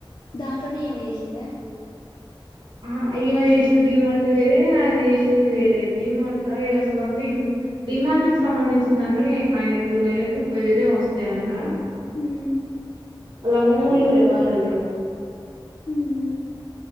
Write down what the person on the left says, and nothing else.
దాంట్లోనే ఈమె చేసేదా?
ఉమ్
ఉహు